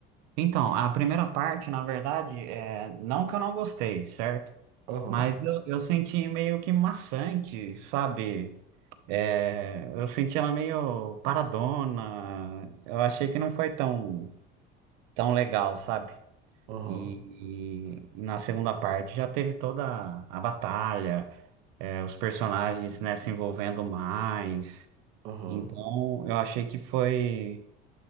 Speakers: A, on the right (about 80°); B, on the right (about 60°).
A: Então, a primeira parte, na verdade, é, não que eu não gostei, certo?
B: Aham,
A: Mas eu, eu senti meio que maçante, sabe? É, eu senti ela meio paradona. Eu achei que não foi tão, tão legal, sabe?
B: aham,
A: E, e- e na segunda parte já teve toda a batalha, é, os personagens, né, se envolvendo mais.
B: aham,
A: Então eu achei que foi,